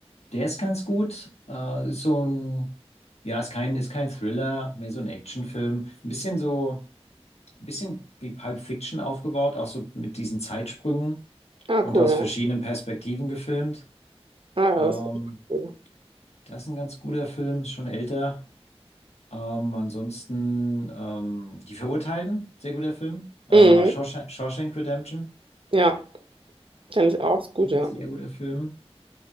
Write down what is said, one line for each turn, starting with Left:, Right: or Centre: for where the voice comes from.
Left: der ist ganz gut. Äh, ist so ein, ja, ist kein, ist kein Thriller, mehr so ein Actionfilm. Ein bisschen so, ein bisschen wie Pulp Fiction aufgebaut, auch so mit diesen Zeitsprüngen.
Right: Ah,
Left: und
Right: cool,
Left: aus
Right: ja.
Left: verschiedenen Perspektiven gefilmt.
Right: Ah, ja,
Left: Ähm,
Right: das ist cool.
Left: das ist ein ganz guter Film, ist schon älter. Ähm, ansonsten ähm, Die Verurteilten, sehr guter Film. Äh,
Right: Mhm.
Left: Shawshank, Shawshank Redemption,
Right: Ja, kenne ich auch, ist gut, ja.
Left: sehr guter Film.